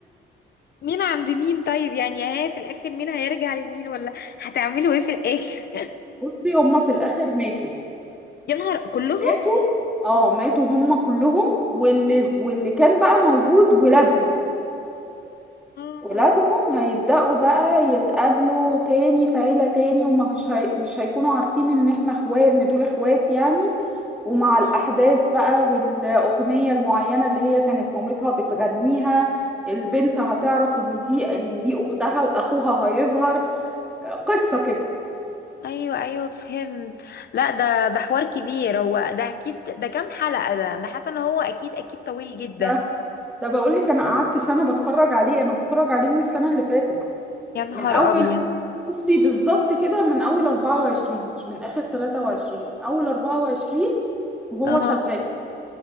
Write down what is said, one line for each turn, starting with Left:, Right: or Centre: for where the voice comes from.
Left: مين عند مين طيب يعني ها في الاخر مين هيرجع لمين ولا هتعملوا ايه في الاخر <laughs>
Centre: بصي هما في الآخر ماتوا
Left: يا نهار كلهم
Centre: ماتوا اه ماتوا هما كلهم واللي واللي كان بقى موجود ولادهم
Left: آه.
Centre: ولادهم هيبدأوا بقى يتقابلوا تاني في عيلة تاني ومش هي... مش هيكونوا عارفين ان احنا اخوات ان دول اخوات يعني ومع الأحداث
Left: مم.
Centre: بقى والأغنية المعينة اللي هي كانت مامتها بتغنيها البنت هتعرف ان دي ان دي اختها واخوها هيظهر قصة كده
Left: ايوه ايوه فهمت لا ده ده حوار كبير هو ده اكيد ده كام حلقه ده انا حاسه ان هو اكيد اكيد طويل جدا
Centre: ده ده بقول لك انا قعدت سنة بتفرج عليه انا بتفرج عليه من السنة اللي فاتت
Left: يا نهار
Centre: من اول
Left: ابيض
Centre: بصي بالظبط كده من اول 24 مش من اخر 23 اول 24 وهو
Left: اه
Centre: شغال